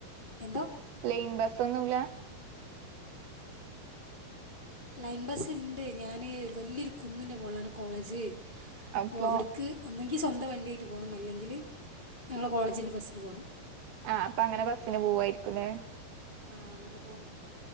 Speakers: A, on the left; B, on the right.
A: എന്തോ
B: ലൈൻ ബസ്സൊന്നുല്ലാ?
A: ലൈൻ ബസ് ണ്ട് ഞാന് വല്യോരു കുന്നിന്റെ മുകളിലാണ് കോളേജ് അപ്പോ
B: അപ്പൊ
A: അവിടുക്ക് ഒന്നങ്കി എനിക്ക് സ്വന്തം വണ്ടിയായിട്ട് പോണം അല്ലെങ്കിൽ ഞങ്ങളെ കോളേജിന്റെ ബസ്സിൽ പോണം
B: ആ അപ്പൊ അങ്ങനെ ബസ്സിന് പോവായിരിക്കുലേ
A: ആ അങ്ങനെ പോണം